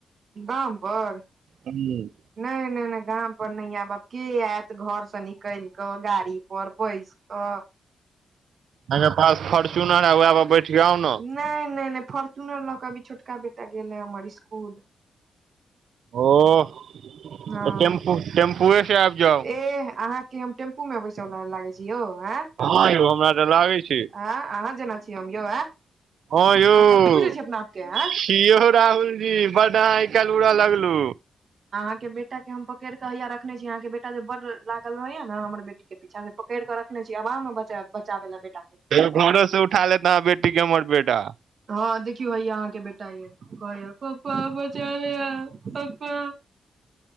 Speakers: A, on the right; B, on the right.
A: गाम पर।
B: हमलोग
A: नै नै नै गाम पर नै ऐब आब के ऐत घर स निकैल कऽ गाड़ी पर बैस अ।
B: अहांके पास फोर्चूनर है वैहे पर बैठके आउ ने।
A: नै नै नै फोर्च्युनर लऽ के अभी छोटका बेटा गेलै हमर इस्कूल।
B: ओह
A: हँ
B: तऽ टेम्पू टेम्पूए से आइब जाउ।
A: एह अहाँ कि हम टेम्पू में बैस वाला लागे छी यौ आ।
B: हँ यौ हमरा तऽ लागे छी।
A: हे अहाँ जेना छी हम यौ, ए
B: हँ
A: अहाँ
B: यौ
A: कथी बुझै छी अपना आपके हे।
B: की यौ राहुल जी बड अहांँ आइ काइल उड़ऽ लगलु।
A: अहाँ के बेटा के हम पकेड़ क हइये रखने छी। अहाँ के बेटा जे बड लागल रहैये न हमर बेटी के पीछा से पकैड़ कऽ रखने छी। आब आऊ न बचेब, बचाबै ले बेटा के।
B: कहियो घरों से उठा लेत आहाँ बेटी के हमर बेटा।
A: हँ देखियौ हैया अहाँ के बेटा ये। कहैये पप्पा बचालिय पप्पा